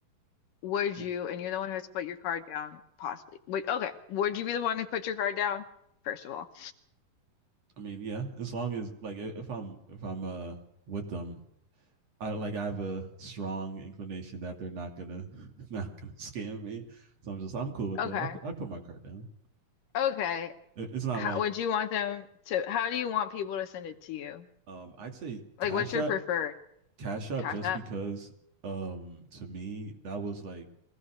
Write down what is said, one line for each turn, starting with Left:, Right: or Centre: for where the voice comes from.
Left: would
Right: I
Left: you, and you're the one who has to put your card down, possibly. Would, okay, would you be the one to put your card down, first of all?
Right: mean, yeah. As long as like if I'm if I'm uh with them I like I have a strong inclination that they're not gonna <laughs> not gonna scam me. So I'm just I'm cool with
Left: Okay,
Right: it. I I put my card down.
Left: okay.
Right: It- It's not
Left: How
Right: like
Left: would you want them to, how do you want people to send it to you?
Right: um I'd say
Left: Like,
Right: Cash
Left: what's your
Right: App
Left: preferred?
Right: Cash App
Left: Cash
Right: just
Left: App?
Right: because um to me that was like